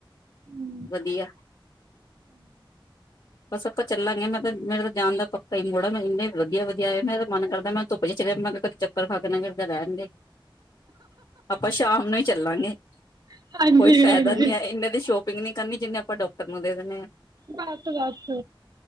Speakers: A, on the right; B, on the left.
A: ਹੂੰ
B: ਵਧੀਆ। ਬਸ, ਅਪਾਂ ਚੱਲਾਂਗੇ ਮੈਂ ਕਿਆ ਮੇਰੇ ਤਾਂ ਜਾਣ ਦਾ ਪੱਕਾ ਹੀ, ਮੋੜਾ ਮੈਂ ਇਨੇ ਵਧੀਆ-ਵਧੀਆ ਆਏ ਮੇਰਾ ਮਨ ਕਰਦੈ ਮੈਂ ਧੁੱਪ ਚ ਮੈਂ ਚੱਕਰ ਖਾ ਕੇ ਨਾ ਗਿਰਕੇ ਮੈ ਕਿਹਾ ਰੈਣਦੇ। ਆਪਾਂ ਸ਼ਾਮ ਨੂੰ ਈ ਚੱਲਾਂਗੇ,
A: ਹਾਂਜੀ
B: ਕੋਈ ਫੈਦਾ
A: ਹਾਂਜੀ
B: ਨੀ
A: ਹਾਂਜੀ
B: ਐ ਏਨੇ ਦੀ ਸ਼ੋਪ ਪਿੰਗੀ ਨੀ ਕਰਨੀ ਜਿੰਨੇ ਅਪਾਂ ਡਾਕਟਰ ਨੂੰ ਦੇ ਦਿੰਣੇ ਐ।
A: ਬਸ- ਬਸ।